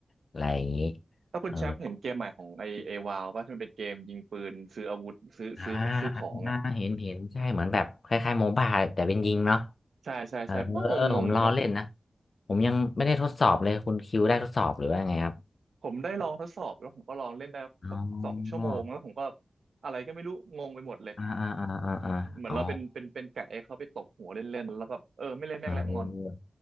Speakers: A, on the left; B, on the right.
A: อะไรอย่างนี้
B: ถ้า <laughs> คุณแชมป์เห็นเกมใหม่ของไอไอวาวว่ามันเป็นเกมยิงปืนซื้ออาวุธซื้อซื้อซื้อของอ่ะ
A: เออ อ่าอ่าเห็นเห็นใช่เหมือนแบบคล้ายๆโมบ้าแต่เป็นยิงเนาะ
B: ใช่ใช่ใช่มันก็งงๆดีเนาะ
A: เออผมรอเล่นนะผมยังไม่ได้ทดสอบเลยคุณคิวได้ทดสอบหรือว่าไงครับ
B: ผมได้ลองทดสอบแล้วผมก็ลองเล่นได้สักสองชั่วโมงแล้วผมก็
A: อ๋อ
B: อะไรก็ไม่รู้งงไปหมดเลย
A: อ่าอ่าอ่าอ่าอาอ๋อ
B: เหมือนเราเป็นเป็นเป็นไก่ให้เขาไปตบหัวเล่นๆแล้วแบบเออไม่เล่นแม่งแล้วงอน
A: เออ